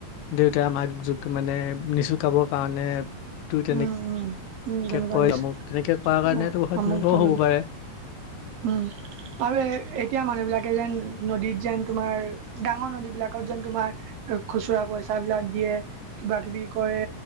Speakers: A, on the left (about 75°); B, on the right (about 80°).
A: দেউতাই আমাক জুক মানে নিচুকাবৰ কাৰণে ত' তেনেক
B: উম উম উম তেনেকুৱা
A: কয়
B: নিচিনা
A: আমোক তেনেকে কোৱাৰ কাৰনে
B: অ
A: হয়
B: আমুক
A: তেনেকুৱাও
B: তামুক
A: হ'ব পাৰে।
B: উম। আৰু এতিয়া মানুহবিলাকে যেন নদীত যেন, তোমাৰ ডাঙৰ নদীবিলাকত যেন তোমাৰ খুচুৰা পইচাবিলাক দিয়ে, কিবা কিবি কৰে,